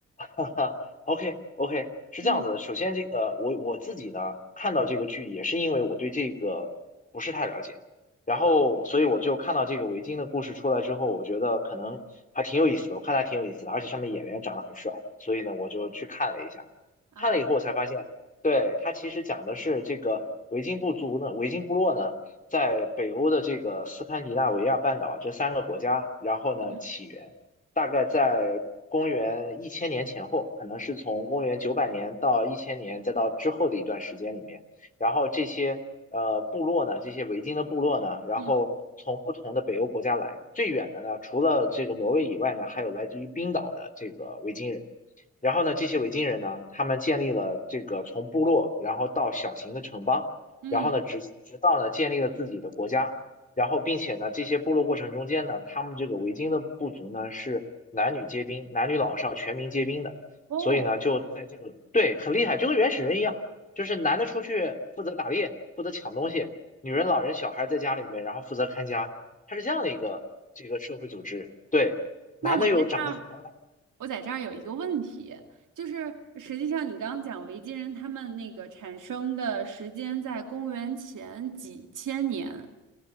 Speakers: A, on the left; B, on the right.
A: <laughs> 哈 OK OK，是这样子的。
B: 嗯
A: 首先，这个我我自己呢看到这个剧，也是因为我对这个不是太了解，然后所以我就看到这个维京的故事出来之后，我觉得可能还挺有意思的，我看它挺有意思的，而且上面演员长得很帅，所以呢我就去看了一下，
B: 啊，
A: 看了以后我才发现，对，它其实讲的是这个维京部族呢，维京部落呢在北欧的这个斯堪的纳维亚半岛这三个国家，然后呢起源。
B: 嗯
A: 大概在公元一千年前后，可能是从公元九百年到一千年，再到之后的一段时间里面，然后这些呃部落呢，这些维京的部落呢，然后从不同的北欧国家来，
B: 嗯
A: 最远的呢，除了这个挪威以外呢，还有来自于冰岛的这个维京人。然后呢，这些维京人呢，他们建立了这个从部落，然后到小型的城邦，
B: 嗯。
A: 然后呢，直直到呢建立了自己的国家。然后并且呢，这些部落过程中间呢，他们这个维京的部族呢是男女皆兵，男女老少全民皆兵的，
B: 哦，
A: 所以呢就在这个对很厉害，就跟原始人一样，就是男的出去负责打猎，负责抢东西，女人、老人、小孩在家里面，然后负责看家，它是这样的一个这个社会组织。对，男的又长得很高大，
B: 那我在这儿，我在这儿有一个问题，就是实际上你刚刚讲维京人他们那个产生的时间在公元前几千年，